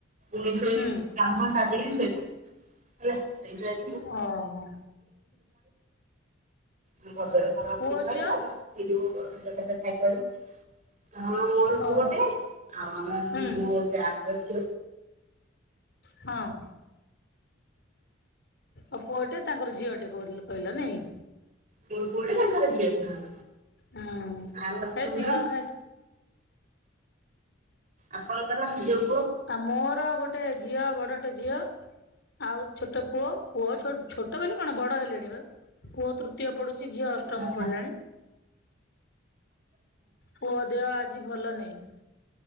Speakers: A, on the right; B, on the left.
A: ପୁଣି ଶୋଇ
B: ହୁଁ
A: <unintelligible> ଖାଇ ଦେଇକି ଶୋଇପଡି଼ବୁ ହେଲା। ସେଇଥି ପାଇଁ।
B: ଓହୋ।
A: ଘରଦ୍ୱାର ସଫା
B: ପୁଅ,
A: ସଫି ସରେ
B: ଝିଅ।
A: ତାପରେ ସେଇ ଯୋଉ ସିଧା ସାଧା ଖାଇକି ହଁ ମୋର
B: ଓ
A: ପୁଅଟେ ଆଉ ଆମର ଝିଅ
B: ହୁଁ
A: ଟେ ଆଠ ଦଶ
B: ହଁ। ଓ ପୁଅ ଟେ, ତାଙ୍କର ଝିଅ ଟେ କୋଉଲ କହିଲ ନାଇଁ।
A: ମୋର ପୁଅଟେ ତାଙ୍କର ଝିଅଟେ ଆଉ
B: ହଁ,
A: ଆପଣଙ୍କର
B: ହେ ଶୀଘ୍ର ଖା
A: ଆପଣଙ୍କର ଯୋଉ।
B: ଆ ମୋର ଗୋଟେ ଝିଅ ବଡ଼ଟେ ଝିଅ ଆଉ ଛୋଟ। ଛୋଟ ପୁଅ ପୁଅ ଛୋଟ ବଲେ କଣ ବଡ ହେଲେଣି ବା ପୁଅ ତୃତୀୟ ପଡ଼ୁଛି। ଝିଅ ଅଷ୍ଟମ
A: ଆଚ୍ଛା
B: ପଡ଼ିଲାଣି। ପୁଅ ଦେହ ଆଜି ଭଲ ନାହିଁ।